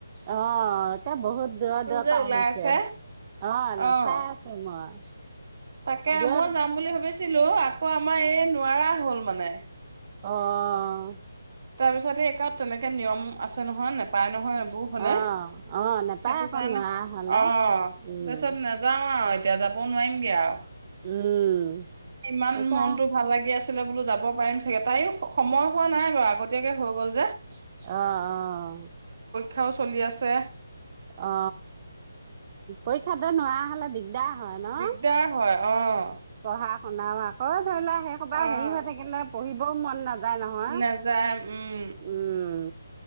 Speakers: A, on the right; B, on the right.
A: আহ এতিয়া বহুত দূৰৰ, দূৰৰ
B: যে
A: পৰা
B: ওলাই
A: আহিছে,
B: আছে
A: আহ
B: অ',
A: চাই আছো মই
B: তাকে
A: দূৰত।
B: মই যাম বুলি ভাবিছিলো আকৌ আমাৰ এই নোৱাৰা হ'ল মানে।
A: অ, অ, অ।
B: তাৰ পিছতে এই কাৰ তেনেকে নিয়ম আছে নহয়, নেপায় নহয়। বুকুখনে
A: অ অ নেপায়
B: সেইটো
A: আকৌ
B: কাৰণে,
A: নোৱাৰা হলে
B: অ তাৰপিছত
A: উম
B: নেযাও আৰু এতিয়া যাব। কব নোৱাৰিমগে আৰু।
A: উম।
B: ইমান
A: এতিয়া
B: মনতটো ভাল লাগি আছ। ছিলে বোলো যাব পাৰিম চাগে, তাই স সময় হোৱা নাই বাৰু আগতিয়াকে হৈ গল য।
A: অহ, অহ।
B: কথাও চলি আছে।
A: অ পৰীক্ষা দে নোৱাৰা হলে দিগদাৰ হয় নহ?
B: দিগদাৰ হয় অ।
A: পঢ়া। শুনাওঁ আকৌ ধৰি ললা সেইসোপা
B: অ'।
A: হেৰি হৈ থাকিলে। পঢ়িবও মন নাজ যায় নহয়,
B: নাযায় উম,
A: উম।